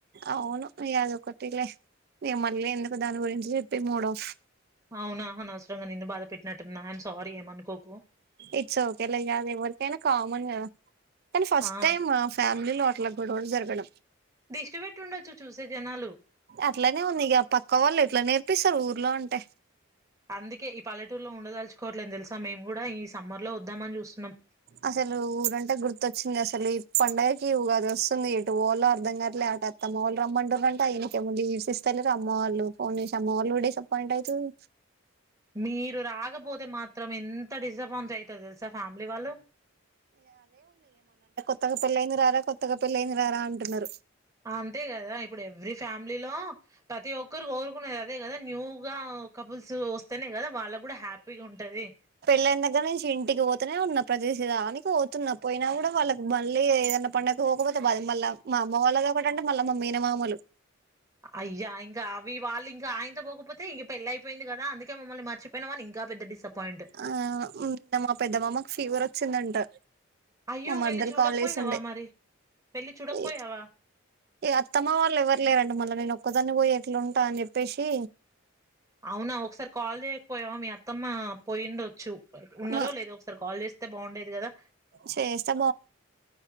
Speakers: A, on the right; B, on the right.
A: అవును ఇగ అదొకటిలే ఇగ మళ్లీ ఎందుకు దాని గురించి చెప్పి మూడ్ ఆఫ్
B: అవునా అనవసరంగా నిన్ను బాధ పెట్టినట్టుఉన్నా ఐమ్ సారీ ఏమనుకోకు
A: ఇట్స్ ఓకే లే ఇగ అది ఎవరికైనా కామన్ కదా కాని ఫస్ట్
B: ఆ
A: టైమ్ మా ఫ్యామిలీ లో అట్ల గొడవలు జరగడం
B: దిష్టి పెట్టి ఉండొచ్చు చూసే జనాలు
A: అట్లానే ఉంది ఇగ పక్కవోళ్లు ఎట్ల నేర్ ప్పిస్తారు ఊర్లో ఉంటే
B: అందుకే ఈ పల్లెటూరులో ఉండదల్చు కోవట్లేదు తెలుసా మేం కూడా ఈ సమ్మర్ లో వద్దాం అని చూస్తున్నాం
A: అసలు ఊరంటే గుర్తొచ్చింది అసలు ఈ పండుగకి ఉగాది వస్తుంది ఎటు వోవాలో అర్ధం కాట్లే అట అత్తమ్మ వాళ్లు రమ్మంటురు అంట ఇయనకి ఏమో లీవ్స్ ఇస్తలేరు అమ్మ వాళ్ళు ఫోన్ చేసి అమ్మ వాళ్ళు డిసప్పాయింట్ అయితుర్రూ
B: మీరు రాకపోతే మాత్రం ఎంత డిసప్పాయిం ఐతరు తెలుసా ఫ్యామిలీ వాళ్లు
A: త్తగా పెళ్ళైయింది రారా కొత్తగా పెళ్ళైయింది రారా అంటున్నారు
B: అంతే కదా ఇప్పుడు ఎవ్రీ ఫ్యామిలీలో ప్రతి ఒక్కరు కోరుకునేది అదే కదా న్యూగా కపుల్స్ వస్తేనే కదా వాళ్లకు కూడా హ్యాపీగుంటది
A: పెళ్లైన దగ్గర నుంచి ఇంటికి పోతనే ఉన్నా ప్రతి దానికి పోతున్నా పోయినా కూడా వాళ్లకి మళ్లీ ఏదైనా పండగ కు పోకపోతే బాద మళ్ల మా అమ్మ వాళ్లదోకటి అంటే మళ్ల మా మేన మామలు
B: అయ్యా ఇంకా అవి వాళ్లు ఇంకా ఆయింత పోకపోతే ఇక పెళ్లి అయిపోయింది కదా అందుకే మమ్మల్ని మరిచిపోయినవు అని ఇంకా పెద్ద డిసప్పాయింట్
A: అ నిన్న మా పెద్ద మామకు ఫీవర్ వచ్చిందంట
B: అయ్యో
A: మా మర్దలు
B: వెళ్ళి చూడకపోయినావా
A: కాల్ జేసి ఉండే
B: మరి పెళ్లి చూడకపోయావా
A: ఇ ఇగ అత్తమ్మ వాళ్లు ఎవరు లేరంట మళ్ల నేను ఓ కదాన్ని పోయి ఎట్లా ఉంటా అని చెప్పేసి
B: అవునా ఒకసారి కాల్ చేయకపోయావా మీ అత్తమ్మ పోయిం డోచ్చు ఉన్నారో
A: మా
B: లేదో ఒకసారి కాల్ చేస్తే బాగుండేది కదా
A: చేస్తే